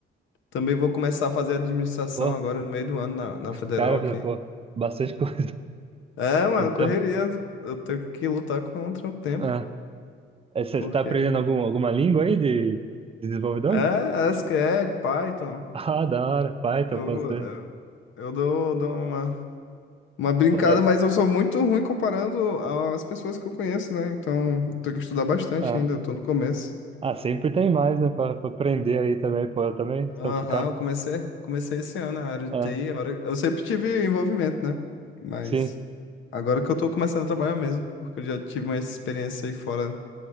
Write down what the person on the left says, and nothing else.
Também vou começar a fazer administração
agora no meio do ano na, na Federal
aqui.
É, mano,
correria.
Eu tenho que lutar contra o tempo,
porque
é
SQL, Python.
Eu
vou, eu eu dou, dou uma Uma brincada,
mas eu sou muito ruim comparando às pessoas que eu conheço, né? Então, tenho que estudar bastante
ainda, eu tô no começo.
Aham,
eu comecei, comecei esse ano a área
de TI. a hora- Eu sempre tive envolvimento, né? Mas
agora que eu tô começando a trabalhar mesmo, porque eu já tive uma experiência aí fora,